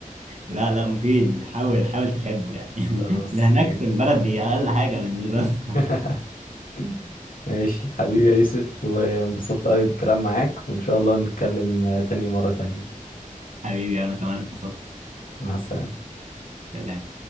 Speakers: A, on the right; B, on the left.
A: لا لا مفيد حاول حاول تحبه يعني
B: خلاص
A: <laughs> ده هناك
B: ماشي
A: في البلد دي اقل حاجه بالنسبه لنا
B: <laughs> ماشي حبيبي يا يوسف وانبسطت قوي بالكلام معاك وان شاء الله نتكلم تاني مره تانيه
A: <laughs> حبيبي انا كمان اتبسطت
B: مع السلامه
A: سلام